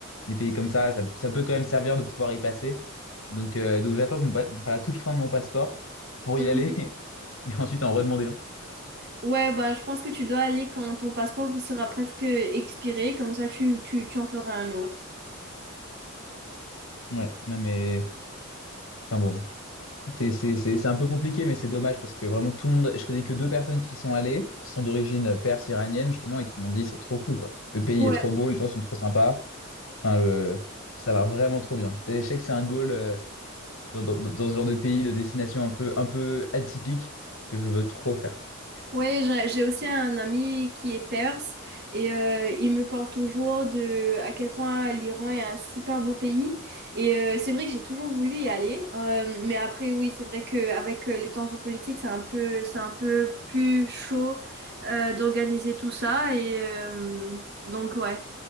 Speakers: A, on the left; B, on the right.
A: des pays comme ça, ça. ça peut quand même servir de pouvoir y passer. Donc euh, donc j'attends que mon pa- enfin, à toute fin de mon passeport pour
B: mhm.
A: y aller. <laughs> <laughs> et ensuite en redemander un.
B: Ouais, bah, je pense que tu dois aller quand ton passeport vous sera presque expiré, comme ça tu, tu, tu en feras un autre.
A: Ouais, non mais. Enfin bon, c'est c'est- c'est- c'est un peu compliqué, mais c'est dommage parce que vraiment tout le monde. Je connais que deux personnes qui sont allées, qui sont d'origine perse iranienne justement, et qui m'ont dit c'est trop cool quoi. Le pays
B: Ouais.
A: est trop beau, les gens sont trop sympas. Enfin, le... ça a l'air vraiment trop bien. C'est- Je sais que c'est un goal euh, dans, dans- dans ce genre de pays, de destination un peu, un peu atypique que je veux trop faire.
B: Ouais, j'ai j'ai aussi un ami qui est perse et euh, il me parle toujours de à quel point l'Iran est un super beau pays. Et euh, c'est vrai que j'ai toujours voulu y aller, Euh, mais après oui, c'est vrai qu'avec les tensions politiques, c'est un peu c'est un peu plus chaud euh, d'organiser tout ça et euh, donc ouais.